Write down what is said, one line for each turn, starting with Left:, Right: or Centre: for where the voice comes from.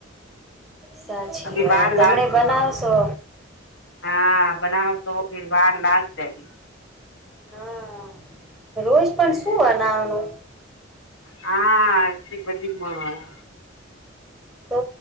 Centre: સાચી
Left: અભી
Centre: વા
Left: વાર
Centre: તમને
Left: લાગશે
Centre: બનાવશો.
Left: હા બનાવ તો ફર વાર લાગશે દ.
Centre: હા રોજ પણ શું બનાવનું.
Left: હા એ બધી.
Centre: તો